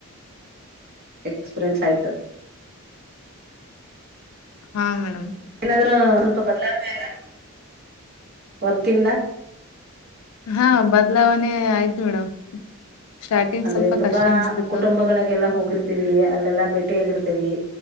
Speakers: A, on the right (about 45°); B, on the left (about 80°).
A: ಎಕ್ಪೀರಿಯನ್ಸ್ ಆಯ್ತು
B: ಹಾಂ ಮೇಡಮ್
A: ಆದ್ರು ಸ್ಪಲ್ಪ ಬದಲಾವಣೆ ಆಯ್ತಾ ವರ್ಕಿಂದ
B: ಹಾ ಬದ್ಲಾವಣೆ ಆಯ್ತು ಮೇಡಮ್ ಸ್ಟಾರ್ಟಿಂಗ್
A: ಅಂದ್ರೆ
B: ಸ್ವಲ್ಪ
A: ತುಂಬಾ
B: ಕಷ್ಟ ಅನ್ಸ್ತಿತ್ತು
A: ಕುಟುಂಬಗಳಿಗೆಲ್ಲಾ ಹೋಗಿರ ತಿವಿ ಅಲ್ಲೆಲ್ಲ ಭೇಟಿ ಆಗಿರ್ತೀವಿ